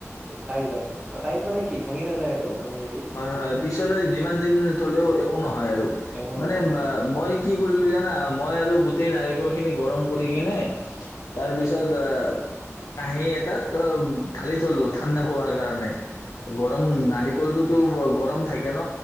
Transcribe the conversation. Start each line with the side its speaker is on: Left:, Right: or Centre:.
Right: টাইট হয়, বা টাইট মানে কি ভাঙি নাযায় আৰু হেৰিত
Left: হয়,
Right: তোমাৰ
Left: হয়, পিছলৈ যিমান দিন থলেও একো নহয়। আৰু
Right: একো
Left: মানে
Right: নহয় একো নহয় অ
Left: মই কি কৰিলো জানা মই আৰু গোটেই নাৰী নাৰীকল খিনি গৰম কৰি কিনে তাৰ পিছত আহ কাহি এটাত অ ঢালি থলো
Right: উম
Left: ঠাণ্ডা হোৱাৰ কাৰণে। গৰম <unintelligible> <unintelligible> গৰম
Right: উম
Left: <unintelligible> ে ন